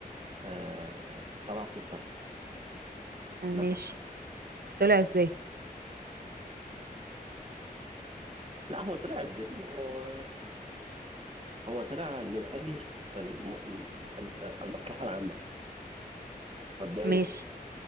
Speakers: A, on the right; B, on the right.
A: آه طلعت مصطفى
B: ماشي
A: مثلا
B: طلع ازاي
A: لا هو طلع ازاي هو هو طلع من اجل الم... ال- المصلحه العامه مبدئيا
B: ماشي